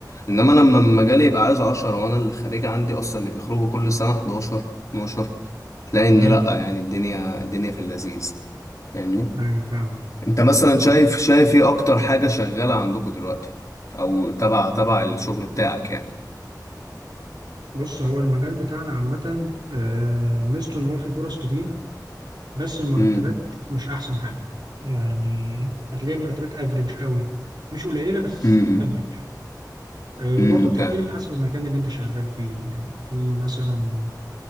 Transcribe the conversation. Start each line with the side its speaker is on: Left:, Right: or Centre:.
Left: انما لما المجال يبقى عايز عشرة وانا اللي خارج عندي اصلا اللي بيخرجوا كل سنة 11 12 تلاقي ان
Right: امم
Left: لأ يعني الدنيا الدنيا في اللذيذ فاهمني
Right: ايوه فاهم
Left: انت مثلا
Right: فاهمك
Left: شايف
Right: آه.
Left: شايف ايه اكتر حاجة شغالة عندكم دلوقتي او تبع تبع الشغل بتاعك يعني
Right: بص هو المجال بتاعنا عامه آه، ميزته ان هو فيه فرص كتير بس المرتبات
Left: امم
Right: مش احسن حاجه يعني هتلاقي مرتبات افريج قوي مش قليله بس
Left: امم
Right: افريج وبرضه
Left: امم
Right: بتختلف
Left: ده
Right: حسب المكان اللي انت شغال فيه يعني في مثلا